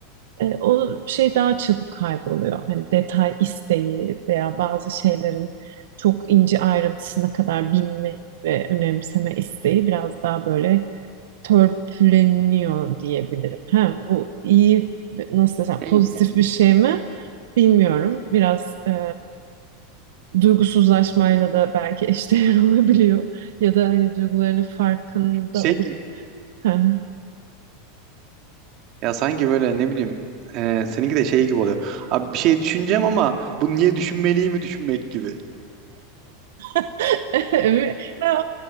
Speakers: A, on the right; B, on the right.
A: e, o şey daha çabuk kayboluyor. Hani detay isteği veya bazı şeylerin çok ince ayrıntısına kadar bilme ve önemseme isteği biraz daha böyle törpüleniyor diyebilirim. Ha, bu iyi nasıl desem
B: Değil
A: pozitif
B: mi yani?
A: bir şey mi bilmiyorum. Biraz e, duygusuzlaşmayla da belki eşdeğer <laughs> olabiliyor. Ya da hani duygularının farkında
B: Şey
A: olup
B: gibi-
A: <laughs> ha.
B: ya sanki böyle ne bileyim e, seninki de şey gibi oluyor. Abi bir şey düşüneceğim ama bunu niye düşünmeliyim mi düşünmek gibi.
A: <laughs> Evet. Ya,